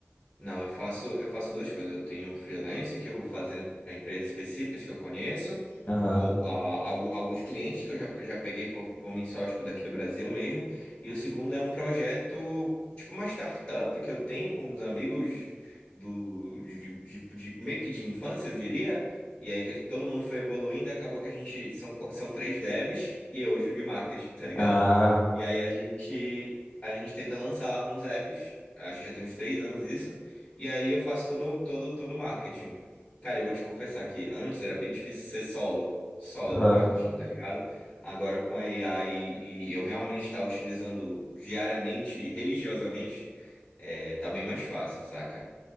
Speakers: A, on the left; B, on the left.
A: Não, eu faço, eu faço duas coisas. Eu tenho freelance que eu vou fazendo para empresas específicas que eu conheço,
B: Aham.
A: ou ah, algu- alguns clientes que eu já, já peguei por, por mim só, tipo, daqui do Brasil mesmo. E o segundo é um projeto, tipo uma startup que eu tenho com uns amigos do, de, de, de- meio que de infância, eu diria. E aí que todo mundo foi evoluindo, e acabou que a gente são, qu- são três devs e eu de de marketing, tá ligado?
B: Ah,
A: E aí a gente, a gente tenta lançar uns apps, acho que já tem uns três anos isso. E aí eu faço todo, todo, todo o marketing. Cara, eu vou te confessar que antes era bem difícil ser solo, solo
B: aham.
A: no marketing, tá ligado? Agora com a AI e eu realmente estar utilizando diariamente, religiosamente, é, tá bem mais fácil, saca?